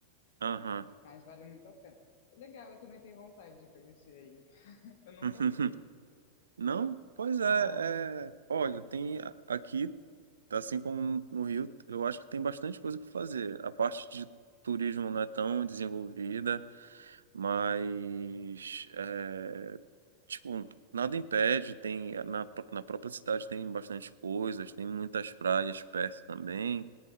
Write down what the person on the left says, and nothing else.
Mas vale muito a pena. Legal, eu também tenho vontade de conhecer aí. <laughs> Eu nunca
fui.
Não.